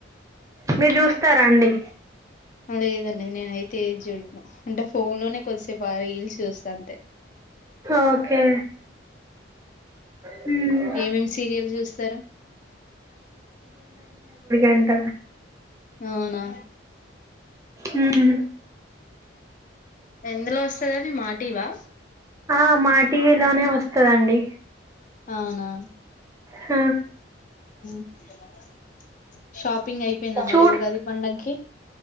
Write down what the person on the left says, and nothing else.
లేదండి నేనయితే ఏదిజూడును అంటే ఫోన్ లోనే కొద్దిసేపు రీల్స్ చూస్త అంతే
ఏమేమి సీరియల్ చూస్తారు
అవునా
ఎందులో వస్తది అది మాటివా
అవునా
షాప్ షాపింగ్ అయిపోయిందా
మరియు ఉగాది పండగకి